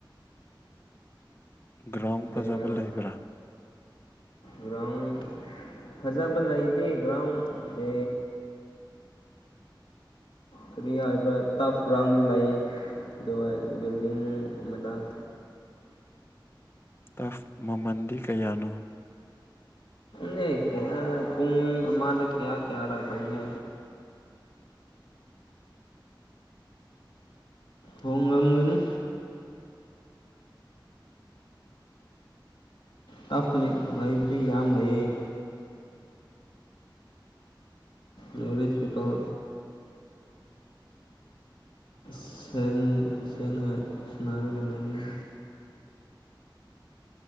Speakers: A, on the left; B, on the left.
A: ꯒ꯭ꯔꯥꯎꯟ
B: ꯇꯤꯡꯂꯒ
A: ꯐꯖꯕ ꯂꯩꯕ꯭ꯔꯥ
B: ꯒ꯭ꯔꯥꯎꯟ ꯐꯖꯕ ꯂꯩꯇꯦ ꯒ꯭ꯔꯥꯎꯟꯦ ꯀꯔꯤ ꯍꯥꯏꯕ꯭ꯔꯥ ꯇꯞ ꯍꯨꯔꯥꯡꯗꯤ ꯂꯥꯛꯑ ꯕꯤꯜꯗꯤꯡ ꯃꯗꯥꯥꯛ
A: ꯇꯐ ꯃꯃꯟꯗꯤ ꯀꯌꯥꯅꯣ
B: ꯅꯦ ꯀꯌꯥ ꯄꯨꯡ ꯑꯃꯗ ꯀꯌꯥ ꯀꯌꯥꯔ ꯈꯪꯉꯦ ꯍꯣꯡ ꯉꯝꯒꯅꯤ ꯇꯐꯃꯦ ꯂꯩꯕꯗꯤ ꯌꯥꯝ ꯂꯩꯌꯦꯦ ꯌꯧꯔꯤꯁ ꯄꯤꯄꯥꯎ ꯁ ꯁꯒ ꯁꯅꯥꯔꯒ ꯂꯩꯅꯤ